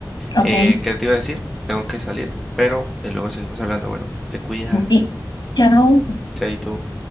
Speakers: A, on the left; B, in the centre.
A: ok.
B: Eh, ¿qué te iba a decir? Tengo que salir, pero eh, luego seguimos hablando. Bueno, te cuidas,
A: Sí. Chao.
B: chaito.